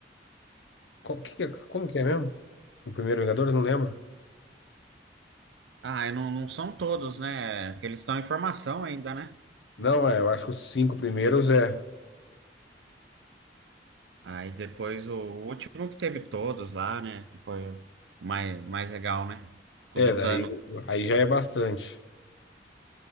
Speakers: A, on the left; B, on the right.
A: Co- que que é- como que é mesmo? O primeiro Vingadores? Não lembro.
B: Ah, e não, não são todos, né? Que eles estão em formação ainda, né?
A: Não, é, eu acho que os cinco primeiros é.
B: Aí depois o último que teve todos lá, né? Que foi o mais, mais legal, né? Com
A: É,
B: o do
A: daí
B: Thanos
A: aí já é bastante.